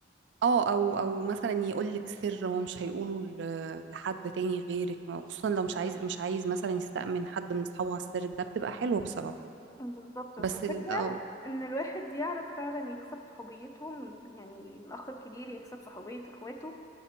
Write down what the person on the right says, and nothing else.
اه او او مثلا يقول لك سر هو مش هيقوله ل- لحد تاني غيرك خصوصا لو مش عايز مش عايز مثلا يستأمن حد من اصحابه على السر ده بتبقى حلوة بصراحة
بس
ال اه